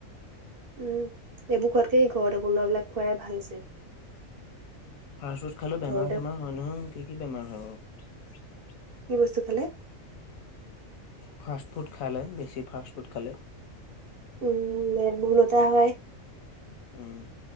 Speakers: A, on the right; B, on the left.
A: উম এইবোৰ খোৱাতকে ঘৰতে বনোৱাবলাক খোৱাই ভাল আছে।
B: ফাষ্ট ফুড খালেও বেমাৰ
A: ঘৰতে
B: চেমাৰ হয় নহয় কি কি বেমাৰ হয় বাৰু?
A: কি বস্তু খালে?
B: ফাষ্ট ফুড খালে বেছি ফাষ্ট ফুড খালে।
A: উম মেদবহুলতা হয়।
B: উম।